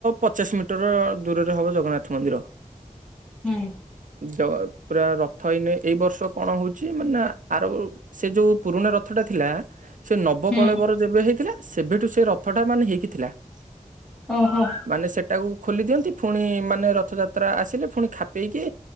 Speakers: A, on the right; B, in the centre.
A: ପଚାଶ ମିଟର ଦୂରରେ ହବ ଜଗନ୍ନାଥ ମନ୍ଦିର।
B: ହୁଁ।
A: ପୁରା ରଥ ହେଇନ ଏଇ ବର୍ଷ କଣ ହଉଛି ମାନେ ଆର ସେ ଯୋଉ ପୁରୁଣା ରଥ ଟା ଥିଲା, ସେ ନବକୋଳେବର
B: ହୁଁ
A: ଯେବେ ହେଇଥିଲା ସେବେଠୁ ସେ ରଥଟା ମାନେ ହେଇକି ଥିଲା ‌।
B: ଓହୋ।
A: ମାନେ ସେଟାକୁ ଖୋଲି ଦିଅନ୍ତି ପୁଣି ମାନେ ରଥଯାତ୍ରା ଆସିଲେ ପୁଣି ଖାପେଇକି